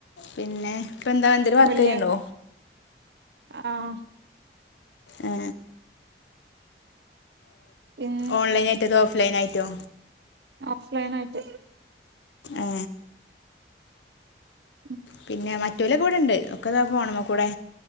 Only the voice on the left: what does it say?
പിന്നെ ഇപ്പ എന്താ എന്തേലും വർക്ക്
ചെയ്യ്ണ്ടോ
ഏ
ഓൺലൈനായിട്ടോ അതോ ഓഫ് ലൈനായിട്ടോ
ഏ
പിന്നെ മറ്റോല് കൂടെ ഉണ്ട് ഒക്കെതാ ഫോണ് മ്മ കൂടെ